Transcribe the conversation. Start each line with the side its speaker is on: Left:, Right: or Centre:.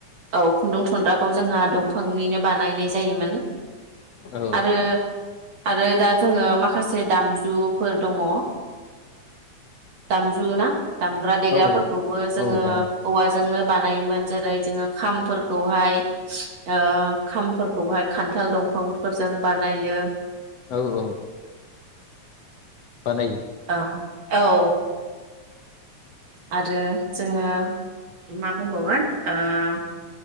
Right: औ खुन्दुं थुनग्राखौ जोंहा दंफांनिनो बानायनाय जायोमोन
Left: औ
Right: आरो। आरो दा जोङो माख खासे दामजुफोर दङ। ओ दामजु ना दामग्रा देग्राफोरखौबो
Left: औ
Right: जोङो
Left: औ दाम
Right: औवाजोंनो बानायोमोन जेरै जोङो खामफोरखौहाय। ओ खामफोरखौहाय खान्थाल दंफांफोरजों बानायो।
Left: औ औ। बानायो
Right: ओ औ। आरो जोङो मा बुंबावगोन ओ। <unintelligible>